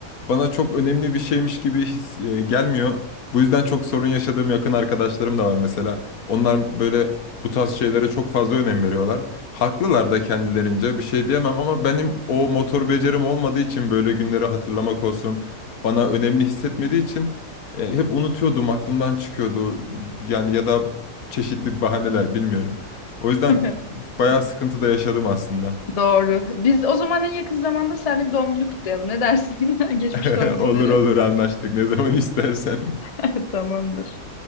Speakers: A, on the left; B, on the left.
A: bana çok önemli bir şeymiş gibi his e, gelmiyor. Bu yüzden çok sorun yaşadığım yakın arkadaşlarım da var mesela. Onlar böyle bu tarz şeylere çok fazla önem veriyorlar. Haklılar da kendilerince bir şey diyemem ama benim o motor becerim olmadığı için böyle günleri hatırlamak olsun bana önemli hissetmediği için e, hep unutuyordum aklımdan çıkıyordu yani ya da çeşitli bahaneler bilmiyorum. O
B: <laughs>
A: yüzden bayağı sıkıntı da yaşadım aslında.
B: Doğru. Biz o zaman en yakın zamanda seninle bir doğum günü kutlayalım. Ne dersin? <laughs> Geçmiş
A: <laughs>
B: doğum günleri.
A: Olur olur anlaştık ne zaman <laughs> istersen.
B: <laughs> Tamamdır.